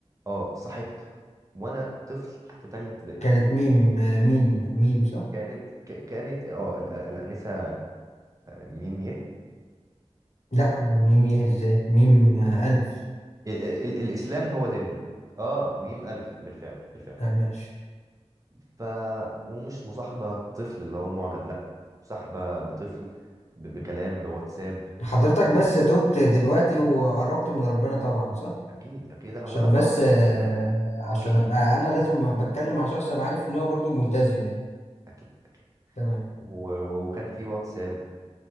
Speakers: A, on the right (about 30°); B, on the left (about 80°).
A: اه صاحبت وانا طفل في تانية ابتدائي
B: كانت ميم ميم ميم صح؟
A: كانت ك- كانت اه ال- ال- الانسه ميم يه
B: لا ميم ايه ازاي؟ ميم ألف
A: ال- ال- ال- الاسلام هو ديننا اه ميم الف بالفعل بالفعل
B: آه ماشي
A: ف ومش مصاحبه طفل اللي هو معجب لا مصاحبه بطفل ب- بكلام بواتساب
B: حضرتك
A: ب...
B: بس تبت دلوقتي وقربت من ربنا طبعا صح؟
A: اكيد اكيد هقول
B: عشان
A: لك
B: بس
A: وانا طفل
B: آه،
A: <laughs> يعني، هو-
B: عشان
A: اكيد
B: ابقى
A: اكيد
B: انا لازم بتكلم مع شخص ابقى عارف ان هو برضه ملتزم يعني
A: اكيد اكيد
B: تمام
A: و... و- وكان في واتساب